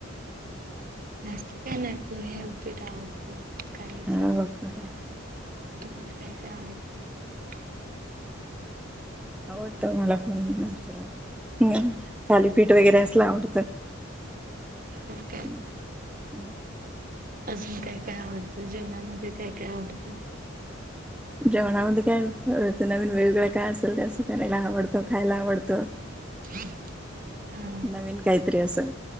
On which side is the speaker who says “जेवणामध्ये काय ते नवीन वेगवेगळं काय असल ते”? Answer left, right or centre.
Centre